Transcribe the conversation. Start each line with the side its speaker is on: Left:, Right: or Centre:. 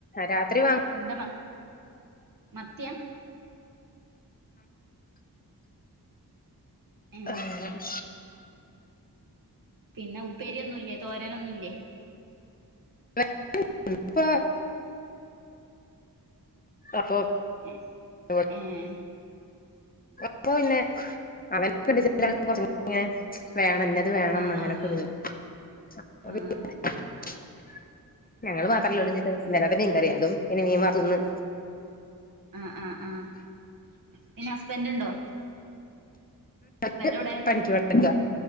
Left: രാത്രി വാങ്ങ്
Right: എന്താ മ മത്യാ ഇമ്
Left: ഉമ്
Right: പിന്നെ ഉപ്പേരിയൊന്നുല്ലേ തോരനൊന്നുല്ലേ
Left: <unintelligible> അപ്പൊ
Right: ഹ്
Left: ഇപ്പൊ
Right: ഹ്മ്
Left: പ്പോ പിന്നെ <unintelligible> വേണം ന്നത് വേണം
Right: ആഹ്
Left: അങ്ങനൊക്കെരിതാ <unintelligible>
Right: ആഹ്
Left: ഞങ്ങള് മാത്രല്ലേള്ളൂ ചിട്ട് ഇന്നലത്തെ
Right: ആഹ്
Left: മീൻകറിയ അതും പിന്നെ മീൻ വാർത്തുത് ന്ന്
Right: ആ ആ ആഹ് പിന്നെ ഹസ്ബൻഡ് ണ്ടോ
Left: ണ്ട്
Right: എവിടെ
Left: പണിക്ക്‌ പോയി ടെക്ക